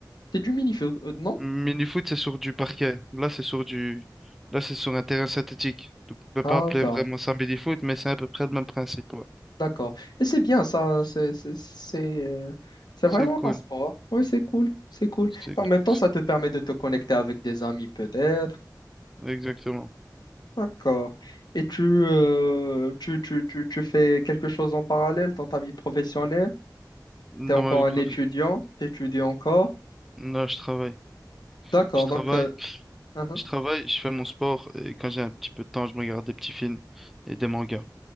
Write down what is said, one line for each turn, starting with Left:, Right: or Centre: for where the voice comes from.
Left: C'est du mini foot, non?
Centre: Mini-foot, c'est sur du parquet. Là, c'est sur du, là, c'est sur un terrain synthétique. Donc, on peut
Left: D'accord,
Centre: pas appeler vraiment ça mini-foot, mais c'est à peu près le même principe. ouais.
Left: d'accord. Et c'est bien ça, c'est c'est c'est, euh, c'est
Centre: C'est
Left: vraiment
Centre: cool.
Left: un sport. Oui, c'est cool, c'est cool.
Centre: C'est,
Left: Et en même temps,
Centre: c'est-
Left: ça te permet de te connecter avec des amis peut-être.
Centre: exactement.
Left: D'accord. Et tu, euh, tu, tu, tu, tu fais quelque chose en parallèle dans ta vie professionnelle?
Centre: Dans
Left: Tu es encore
Centre: ma vie
Left: un
Centre: professionnelle,
Left: étudiant, tu étudies encore.
Centre: non, je travaille.
Left: D'accord,
Centre: Je travaille.
Left: donc euh, uhum,
Centre: Je travaille, je fais mon sport et quand j'ai un petit peu de temps, je me regarde des petits films et des mangas.